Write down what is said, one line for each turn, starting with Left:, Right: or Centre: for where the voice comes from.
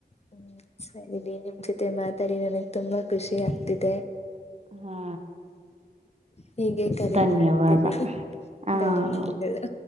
Left: ಹ್ಮ್ ಸರಿನ ನಿಮ್ ಜೊತೆ ಮಾತಾಡಿ ನನಗ್ ತುಂಬಾ ಖುಷಿ ಆಗ್ತಿದೆ
Right: ಹಾ
Left: ಹೀಗೆ ಕರೆ
Right: ಧನ್ಯವಾದ.
Left: ಮಾಡ್ತೀರಿ
Right: ಹಾ.
Left: ಧನ್ಯವಾದಗಳು